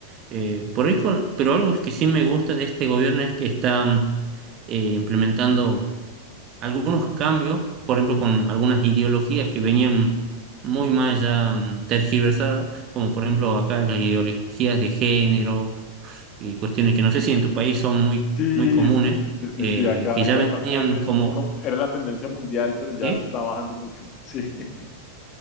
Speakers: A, on the right; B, on the left.
A: Eh, por ahí con- pero algo que sí me gusta de este gobierno es que está eh, implementando algunos cambios, por ejemplo, con algunas ideologías que venían muy mal ya mm, tergiversadas, como por ejemplo acá las ideologías de género y cuestiones que no sé si en tu país son muy,
B: Sí,
A: muy comunes,
B: sí, sí, sí, sí,
A: eh,
B: sí, acá,
A: que
B: acá
A: ya venían
B: también eh,
A: como...
B: como- era la tendencia mundial, pero ya
A: ¿sí?
B: está bajando mucho. Sí, <laughs>